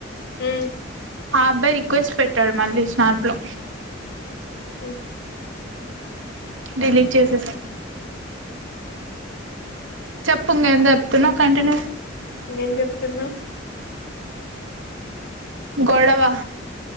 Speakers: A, on the left; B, on the right.
A: ఉమ్
B: ఆ అబ్బాయి రిక్వెస్ట్ పెట్టాడు మళ్ళీ తీసినాప్ లో
A: ఉమ్
B: డిలీట్ చేసేసా చెప్పుంగ ఎంత చెప్తున కంటిన్యూ
A: ఏం చెప్తున్నా
B: గడవా